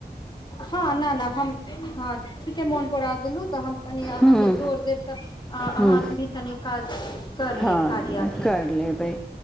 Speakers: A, on the left; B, in the centre.
A: हँ ना ना हम हँ ठीके मोन परा देलहुँ तऽ हम तनि अहाँके
B: हूँ
A: जोर देब तऽ अहाँ
B: हूँ
A: भी कनि काज कर
B: हँ
A: लेब कार्या के
B: कर लेबै